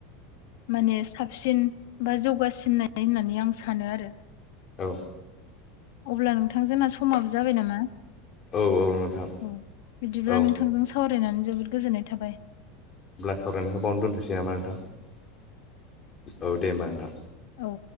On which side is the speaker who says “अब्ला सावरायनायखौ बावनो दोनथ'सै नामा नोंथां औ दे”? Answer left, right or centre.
Left